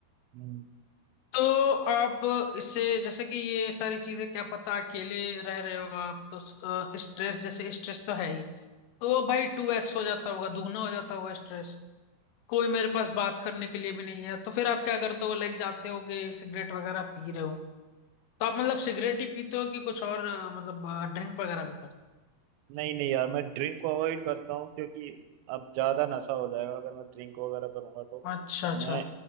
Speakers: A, on the right (about 85°); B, on the left (about 85°).
A: हम्म।
B: तो आप इससे जैसे कि ये सारी चीजें क्या पता अकेले रह रहे हो आप तो स्ट्रेस जैसे स्ट्रेस तो है ही तो वो भाई टू एक्स हो जाता होगा दुगना हो जाता होगा स्ट्रेस कोई मेरे पास बात करने के लिए भी नहीं है तो फिर आप क्या करते हो लाइक जाते होगे सिगरेट वगैरह पी रहे हो तो आप मतलब सिगरेट ही पीते हो कि कुछ और अ, मतलब ड्रिंक वगैरह भी करते
A: नहीं नहीं यार मैं ड्रिंक को अवॉइड करता हूँ क्योंकि अब ज्यादा नशा हो जाएगा अगर मैं ड्रिंक वगैरह करूंगा तो
B: हो अच्छा अच्छा
A: मैं